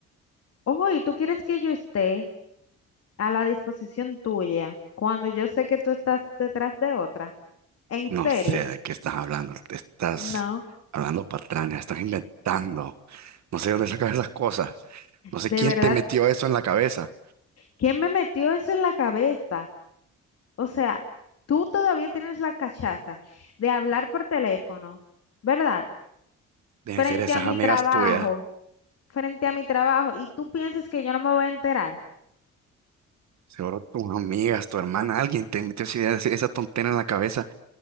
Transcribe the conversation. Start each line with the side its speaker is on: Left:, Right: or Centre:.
Left: Ojo, y tú quieres que yo esté a la disposición tuya cuando yo sé que tú estás detrás de otra. ¿En
Right: No
Left: serio?
Right: sé de qué estás hablando. Te estás
Left: No,
Right: hablando patrañas, estás inventando. No sé de dónde sacas esas cosas. No sé
Left: de
Right: quién
Left: verdad.
Right: te metió eso en la cabeza.
Left: ¿Quién me metió eso en la cabeza? O sea, tú todavía tienes la cachaza de hablar por teléfono, ¿verdad?
Right: Deben
Left: Frente
Right: ser esas
Left: a mi
Right: amigas
Left: trabajo.
Right: tuyas.
Left: frente a mi trabajo y tú piensas que yo no me voy a enterar.
Right: Seguro tus amigas, tu hermana, alguien te metió esa idea, esa tontera en la cabeza.